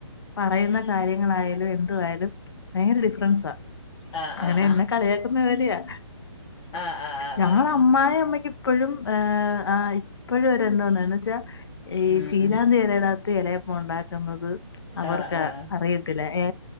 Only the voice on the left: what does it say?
പറയുന്ന കാര്യങ്ങളായാലും എന്തു വായാലും ഭയങ്കര ഡി ഫ്രെൻസാ
അങ്ങനെ
എന്നെ കളിയാക്കുന്ന ജോലിയാ
ഞങ്ങടെ
അമ്മായി അമ്മയ്ക്ക് ഇപ്പഴും ആ ഇപ്പോഴും എന്തോന്നന്ന് വെച്ചാ ഈ
ചീലാന്തി
ഇലതിനകത്ത് ഇലയപ്പ ഉണ്ടാക്കുന്നത് അവർക്ക്
അറിയത്തില്ല ഏ